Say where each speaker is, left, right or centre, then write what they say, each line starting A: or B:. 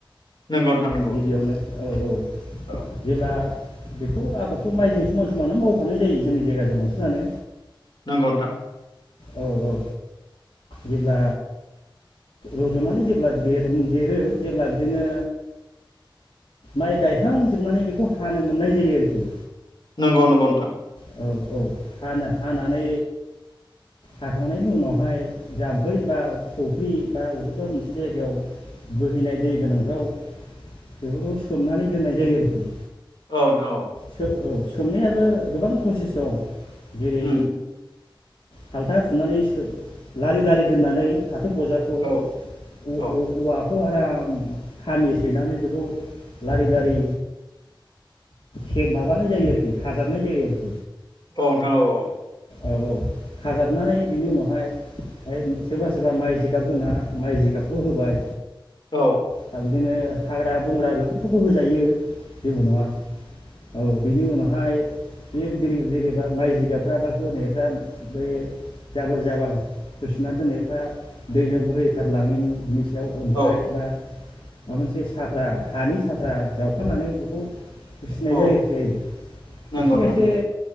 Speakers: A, on the left; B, on the left.
A: नंगौ नोंथां नंगौ
B: गिबियावनो औ औ
A: औ
B: जेब्ला बेखौ आबादखौ माइजों समान समान मावफानाय जायो जोंनि जायगाजों बांसिनानो।
A: नंगौ नोंथां।
B: औ औ जेब्ला रज'नानै जेब्ला देरो जेब्ला बिदिनो माइ गायखांजोबनानै बेखौ हानो मोननाय जायो आरोखि
A: नंगौ नंगौ नोंथां।
B: औ औ हानो हानानै हाखांनायनि उनावहाय जाम्फै बा फुख्रि बा बबेबा मोनसे जायगायाव बोहैनाय दै गोनांफ्राव बेफोरखौ सोमनानै दोननाय जायो। आरोखि
A: औ नोंथां औ
B: सो औ सोमनायाबो गोबां फसिस दं। जेरै
A: उम
B: फालथा थुनानै सो लारि-लारि दोननानै फोजाखौ
A: औ
B: उ-उ-उवाब
A: औ
B: बेखौ आराम खामिसैनानै बेखौ लारि-लारि खेब माबानाय जायो आरोखि खाजाबनाय जायो।
A: औ नोंथां औ-औ।
B: औ-औ खाजाबनानै बिनि उनावहाय ओ सोरबा-सोरबा माइ जिगाब होना माइ जिगाबखौ होबाय।
A: औ
B: सा बिदिनो हाग्रा बंग्रा बेफोरखौबो होजायो। जेबो नङा औ बिनि उनावहा फाय बे जेरै जेरैबा माइ जिगाबफ्रा होनायफ्रा बे जाबोर जाबार होसनानै दोननायफ्रा दैजों बोहैखारलाङैनि बिनि अ अन्थाइ
A: औ
B: बा माबा मोनसे साफ्रा हानि साफ्रा जावफानानै बेखौ फिसिनाय
A: औ
B: जायो <unintelligible>
A: नंगौ
B: खायसे-खायसे
A: नोंथां नंगौ